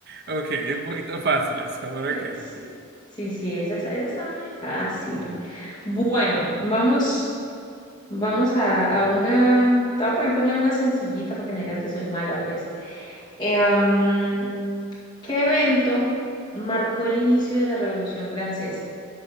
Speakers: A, on the right; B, on the left.
A: ok, un poquito fácil eso, pero
B: Eh,
A: ok.
B: sí, sí, sí, esa, es- esa estaba muy fácil. Bueno, vamos, vamos a, a una. Te voy a poner también una sencillita para que no digas que soy mala, pues. Em, ¿Qué evento marcó el inicio de la Revolución Francesa?